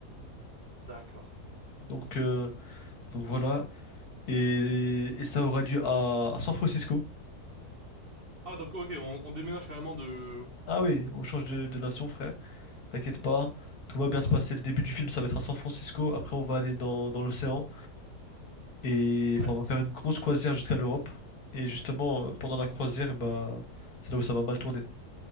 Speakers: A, on the right; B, on the left.
A: D'accord.
B: Donc, euh, donc voilà. Et, et ça aura lieu à, à San Francisco.
A: Ah, donc, ok, on, on déménage carrément de,
B: Ah oui, on change de, de nation, frère. T'inquiète pas, tout va bien
A: d'accord.
B: se passer. Le début du film, ça va être à San Francisco. Après, on va aller dans, dans l'océan. Et
A: Ouais.
B: enfin, on va faire une grosse croisière jusqu'à l'Europe. Et justement, euh, pendant la croisière, bah, c'est là où ça va mal tourner,